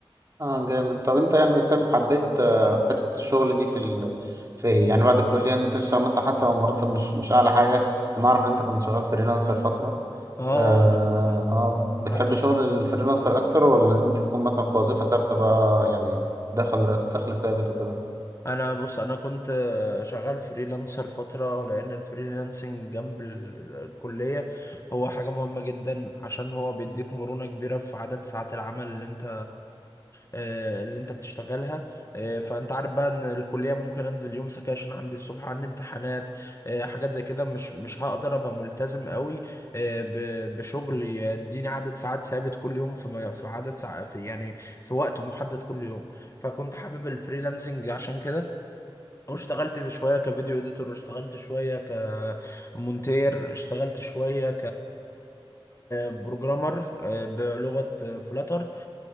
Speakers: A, on the right (about 35°); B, on the left (about 30°).
A: اه جامد طب انت يعني بتحب حبيت آه، حتة الشغل دي في ال... في يعني بعد الكلية ان انت تشتغل مثلا حتى لو مرتب مش مش اعلى حاجة انا اعرف ان انت كنت شغال فريلانسر فترة
B: اه
A: آه...
B: انا
A: اه بتحب
B: انا
A: شغل الفريلانسر اكتر ولا ان انت تكون مثلا في وظيفة ثابتة بقى يعني دخل دخل ثابت وكده
B: انا بص انا كنت شغال فريلانسر فتره لان الفريلانسنج جنب ال- الكليه هو حاجه مهمه جدا عشان هو بيديك مرونه كبيره في عدد ساعات العمل اللي انت آه، اللي انت بتشتغلها آه، فانت عارف بقى ان الكليه ممكن انزل يوم سكاشن عندي الصبح عندي امتحانات آه، حاجات زي كده مش مش هقدر ابقى ملتزم قوي آه، ب- بشغل يديني عدد ساعات ثابت كل يوم في م- في عدد ساعات في يعني في وقت محدد كل يوم فكنت حابب الفريلانسنج عشان كده واشتغلت في شوية كفيديو اديتور واشتغلت شوية كمونتير اشتغلت شوية بروجرامر بلغة فلاتر